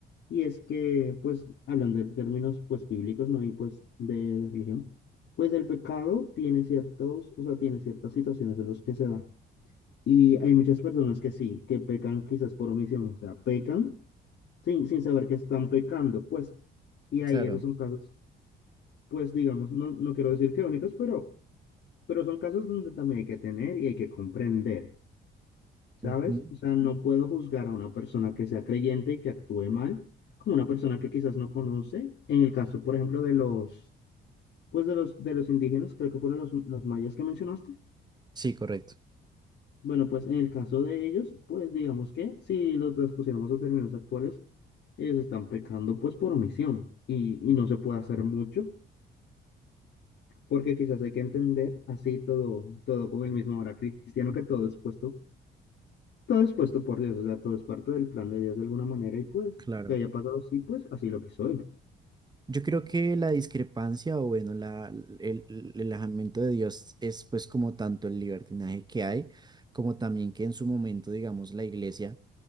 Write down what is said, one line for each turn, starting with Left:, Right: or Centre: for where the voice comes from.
Left: Y es que, pues, hablando de términos, pues, bíblicos, ¿no? Y pues de, de religión, pues el pecado tiene ciertos, o sea, tiene ciertas situaciones en las que se da. Y hay muchas personas que sí, que pecan quizás por omisión, o sea, pecan sin, sin saber que están pecando, pues. Y ahí
Right: Claro.
Left: esos son casos, pues, digamos, no, no quiero decir que únicos, pero pero son casos donde también hay que tener y hay que comprender, ¿sabes?
Right: Ujú.
Left: O sea, no puedo juzgar a una persona que sea creyente y que actúe mal como una persona que quizás no conoce. En el caso, por ejemplo, de los, pues de los, de los indígenas, creo que fueron los, los mayas que mencionaste.
Right: Sí, correcto.
Left: Bueno, pues en el caso de ellos, pues digamos que si lo transpusiéramos a términos actuales, ellos están pecando pues por omisión y, y no se puede hacer mucho porque quizás hay que entender así todo, todo con el mismo ahora cristiano que todo es puesto Todo es puesto por Dios, o sea, todo es parte del plan de Dios de alguna manera y pues
Right: Claro.
Left: que haya pasado así, pues así lo quiso él.
Right: Yo creo que la discrepancia o bueno, la, el, el el alejamiento de Dios es pues como tanto el libertinaje que hay, como también que en su momento, digamos, la Iglesia